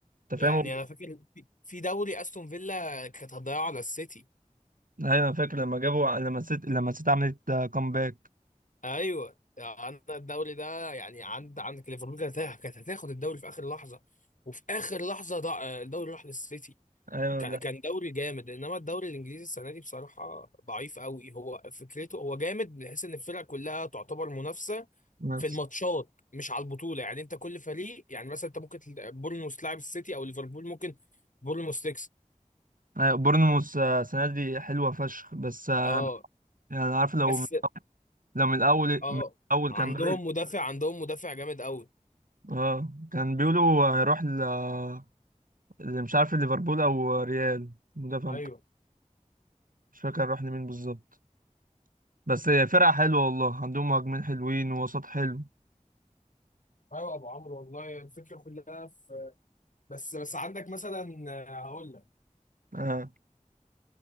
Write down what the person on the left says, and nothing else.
يعني
انا فاكر في في دوري استون فيلا كانت هتضيعه على السيتي
ايوه عندنا الدوري ده يعني عند عندك ليفربول كانت هت- كانت هتاخد الدوري في اخر لحظه وفي اخر لحظه ضاع الدوري راح للسيتي
كان
كان دوري جامد انما الدوري الانجليزي السنه دي بصراحه ضعيف قوي هو فكرته هو جامد بحيث ان الفرق كلها تعتبر منافسه
في الماتشات مش على البطوله يعني انت كل فريق يعني مثلا انت ممكن تل- بورنموث تلعب السيتي او ليفربول ممكن بورنموث تكسب
اه
بس
اه
عندهم
مدافع عندهم مدافع جامد قوي
ايوه
ايوه ابو عمرو والله الفكره كلها في بس بس عندك مثلا آه، هقول لك